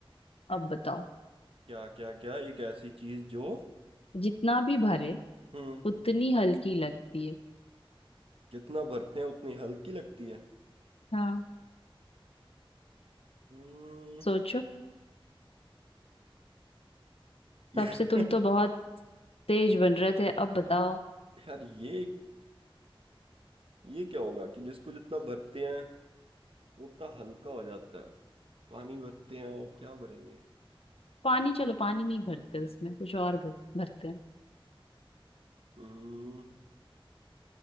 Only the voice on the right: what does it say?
क्या क्या क्या एक ऐसी चीज जो
हम्म
जितना भरते हैं उतनी हल्की लगती है
हम्म
ये-
<laughs>
यार ये ये क्या होगा कि जिसको जितना भरते हैं वो उतना हल्का हो जाता है पानी भरते हैं क्या भरेंगे
हम्म